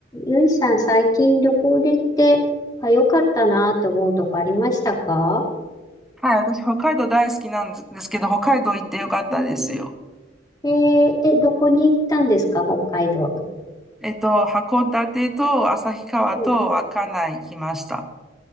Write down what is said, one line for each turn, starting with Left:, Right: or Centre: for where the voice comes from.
Left: ゆいさん、最近旅行で行って、あ、良かったなって思うとこありましたか
Centre: はい、私、北海道大好きなんですけど、北海道行ってよかったですよ。
Left: うん。えー、え、どこに行ったんですか北海道の。
Centre: えっと、函館と旭川と稚内行きました。
Left: うん、